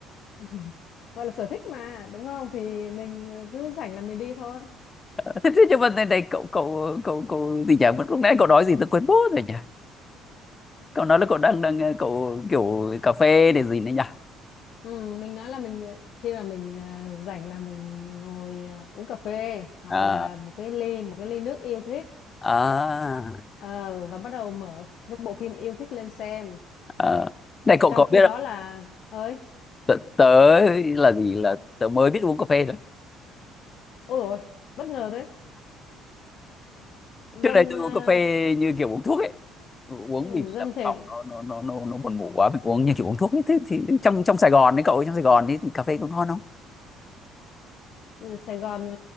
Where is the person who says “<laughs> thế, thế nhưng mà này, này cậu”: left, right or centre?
Left